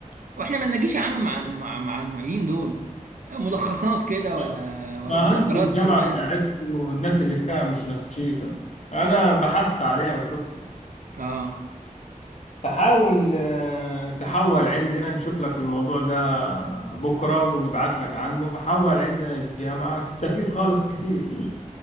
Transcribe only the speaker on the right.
واحنا ما نلاقيش يا عم مع مع مع المعيدين دول ملخصات كده ولا
ولا
مذكرات
صغيرة
اه